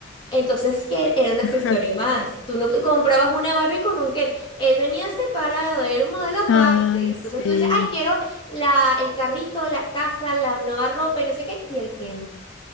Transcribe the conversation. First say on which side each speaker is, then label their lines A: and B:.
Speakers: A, on the left (about 25°); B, on the left (about 75°).
A: Entonces, Ken era un accesorio
B: <laughs>
A: más. Tú no comprabas una Barbie con un Ken. Él venía separado, era un modelo
B: Ah,
A: aparte. Entonces
B: sí.
A: tú decías, ay, quiero la, el carrito, la casa, la nueva ropa y no sé qué. Y el Ken.